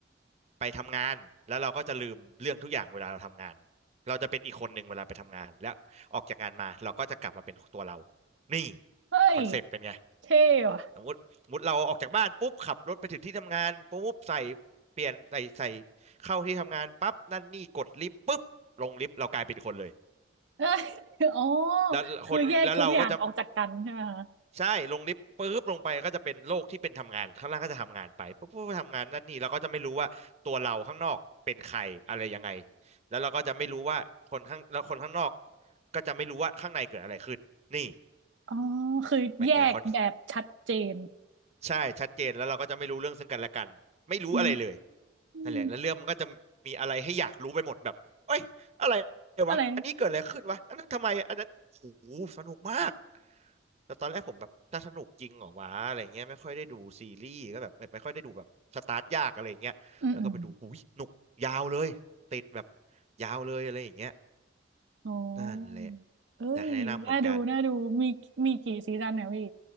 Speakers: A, on the right (about 35°); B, on the right (about 75°).
A: ไปทำงานแล้วเราก็จะลืมเรื่องทุกอย่างเวลาเราทำงานเราจะเป็นอีกคนหนึ่งเวลาไปทำงานแล้วออกจากงานมาเราก็จะกลับมาเป็นตัวเรานี่
B: เฮ้ย
A: คอนเซปต์เป็นไง
B: เท่ว่ะ
A: สมมติสมมติเราออกจากบ้านปุ๊บขับรถไปถึงที่ทำงานปุ๊บใส่เปลี่ยนใส่ใส่เข้าที่ทำงานปั๊บนั่นนี่กดลิฟต์ปุ๊บลงลิฟต์เรากลายเป็นคนเลย
B: <laughs> เอ้ยอ๋อ
A: แล้วคนแล้วเราก็จะ
B: คือแยกทุกอย่างออกจากกันใช่ไหมคะ
A: ใช่ลงลิฟต์ปุ๊บลงไปก็จะเป็นโลกที่เป็นทำงานข้างล่างก็จะทำงานไปปุ๊บปุ๊บทำงานนั่นนี่แล้วก็จะไม่รู้ว่าตัวเราข้างนอกเป็นใครอะไรยังไงแล้วเราก็จะไม่รู้ว่าคนข้างแล้วคนข้างนอกก็จะไม่รู้ว่าข้างในเกิดอะไรขึ้นนี่
B: อ๋อคือแยกแบบชัดเจน
A: เป็นไงคอน ใช่ชัดเจนแล้วเราก็จะไม่รู้เรื่องซึ่งกันและกันไม่รู้อะไรเลย
B: อื
A: นั่นแหละแล้วเรื่องมันก็จะมีอะไรให้อยากรู้ไปหมดแบบเอ้ยอะไร
B: มอะไร
A: วะอันนี้เกิดอะไรขึ้นวะอันนั้นทำไมอันนั้นโอ้โหสนุกมากแต่ตอนแรกผมแบบจะสนุกจริงเหรอวะอะไรเงี้ยไม่ค่อยได้ดูซีรีส์ก็แบบไม่ไม่ค่อยได้ดูแบบสตาร์ทยากอะไรเงี้ยแล้วก็ไปดูหูยหนุกยาวเลยติดแบบ
B: อืมอืม
A: ยาวเลยอะไรอย่างเงี้ย
B: อ๋อ
A: นั่นแหละ
B: เอ้ยน่าดูน่าดูมีมีกี่ซีซั่นเนี่ยพี่
A: นะแนะนำเหมือนกัน